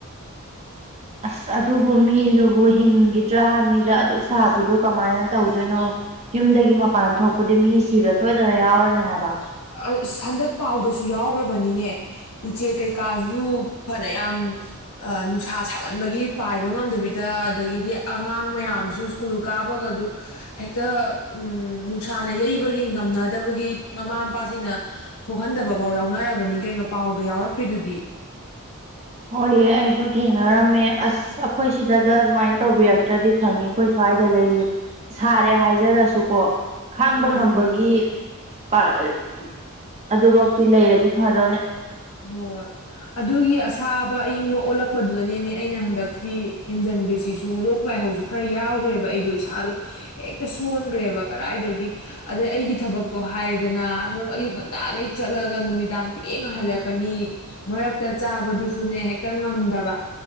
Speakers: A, on the left; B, on the right.
A: <inaudible>
B: ꯑꯁ ꯑꯗꯨꯕꯨ ꯃꯤꯗꯨꯕꯨ ꯍꯤꯡꯈꯤꯗ꯭ꯔꯥ ꯍꯥꯏꯕꯅꯤꯗ ꯑꯗꯨꯛ ꯁꯥꯕꯗꯨ ꯀꯃꯥꯏꯅ ꯇꯧꯗꯣꯏꯅꯣ ꯌꯨꯝꯗꯒꯤ ꯃꯄꯥꯟ ꯊꯣꯛꯄꯗꯤ ꯃꯤ ꯁꯤꯕ ꯁꯣꯏꯗꯅ ꯌꯥꯎꯔꯅꯤ ꯍꯥꯏꯕ
A: ꯑꯁ ꯍꯟꯗꯛ ꯄꯥꯎꯗꯁꯨ ꯌꯥꯎꯈ꯭ꯔꯕꯅꯤꯅꯦ ꯎꯆꯦꯛ ꯀꯩꯀꯥꯖꯨ ꯐꯅ ꯌꯥꯝ ꯅꯨꯡꯁꯥ ꯁꯥꯃꯟꯕꯒꯤ ꯄꯥꯏꯕ ꯉꯝꯗꯕꯤꯗ ꯑꯗꯒꯤꯗꯤ ꯑꯉꯥꯡ ꯃꯌꯥꯝꯁꯨ ꯀꯨꯜ ꯀꯥꯕꯒꯗꯨ ꯍꯦꯛꯇ ꯎꯝ ꯅꯨꯡꯁꯥꯅ ꯌꯩꯕꯒꯤ ꯉꯝꯅꯗꯕꯒꯤ ꯃꯃꯥ ꯃꯄꯥꯁꯤꯡꯅ ꯊꯣꯛꯍꯟꯗꯕꯐꯥꯎ ꯌꯥꯎꯅꯔꯕꯅꯤ ꯀꯩꯅꯣ ꯄꯥꯎꯗꯣ ꯌꯥꯎꯔꯛꯈ꯭ꯔꯤꯗꯨꯗꯤ
B: ꯍꯣꯏꯌꯦ ꯑꯩꯖꯨ ꯊꯦꯡꯅꯔꯝꯃꯦ ꯑꯁ ꯑꯈꯣꯏ ꯁꯤꯗꯒ ꯑꯗꯨꯃꯥꯏ ꯇꯧꯕꯤꯔꯛꯇ꯭ꯔꯗꯤ ꯐꯅꯤ ꯑꯈꯣꯏ ꯁ꯭ꯋꯥꯏꯗꯗꯤ ꯁꯥꯔꯦ ꯍꯥꯏꯖꯔꯁꯨꯀꯣ ꯈꯥꯡꯕ
A: ꯃꯥꯅꯤ
B: ꯉꯝꯕꯒꯤ
A: ꯃꯥꯅꯤ
B: ꯄꯥꯔ ꯑꯔ ꯑꯗꯨꯕꯥꯎꯛꯇꯤ ꯂꯩꯔꯗꯤ ꯐꯗꯧꯅꯦ꯫
A: ꯍꯣꯏ ꯑꯗꯨꯒꯤ ꯑꯁꯥꯕ ꯑꯏꯪꯕ ꯑꯣꯜꯂꯛꯄꯗꯨꯗꯅꯦꯃꯤ ꯑꯩꯅ ꯍꯟꯗꯛꯀꯤ ꯍꯦꯟꯖꯤꯟꯈ꯭ꯔꯤꯁꯤꯁꯨ ꯂꯣꯛ ꯂꯥꯏꯍꯧꯁꯨ ꯈꯔ ꯌꯥꯎꯈ꯭ꯔꯦꯕ ꯑꯩꯗꯣ ꯏꯁꯥꯗꯣ ꯍꯦꯛꯇ ꯁꯣꯟꯈ꯭ꯔꯦꯕ ꯀꯗꯥꯏꯗꯒꯤ ꯑꯗꯩ ꯑꯩꯒꯤ ꯊꯕꯛꯇꯣ ꯍꯥꯏꯔꯦꯗꯅ ꯑꯃꯨꯛ ꯑꯌꯨꯛ ꯉꯟꯇꯥꯗꯩ ꯆꯠꯂꯒ ꯅꯨꯃꯤꯗꯥꯡ ꯊꯦꯡꯉ ꯍꯜꯂꯛ ꯀꯅꯤ ꯃꯔꯛꯇ ꯆꯥꯕꯗꯨꯖꯨꯅꯦ ꯍꯦꯛꯇ ꯉꯝꯗꯕ